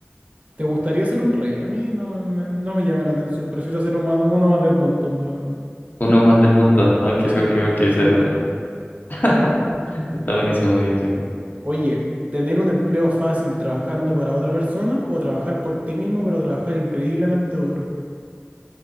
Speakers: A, on the right; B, on the left.
A: ¿Te gustaría ser un rey? A mí no me, me- no me llama la atención, prefiero ser un ma- uno más del montón, la verdad.
B: uno
A: <laughs>
B: más del montón. Ok,
A: Sí,
B: ok, ok,
A: siempre.
B: de buena. <laughs> Está buenísimo, buenísimo.
A: Oye, ¿tener un empleo fácil trabajando para otra persona o trabajar por ti mismo pero trabajar increíblemente duro?